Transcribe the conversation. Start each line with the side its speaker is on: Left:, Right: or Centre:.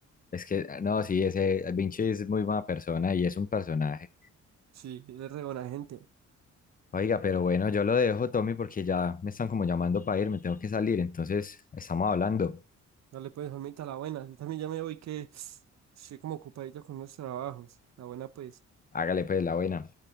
Left: Es que, no, sí, ese Vinci es muy buena persona y es un personaje.
Right: Sí, él es re buena gente.
Left: Oiga, pero bueno, yo lo dejo, Tommy, porque ya me están como llamando para ir, me tengo que salir, entonces estamos hablando.
Right: Dale pues, Juanmita, la buena. Yo también ya me voy que <sniffs> estoy como ocupadito con los trabajos. La buena pues.
Left: Hágale pues la buena.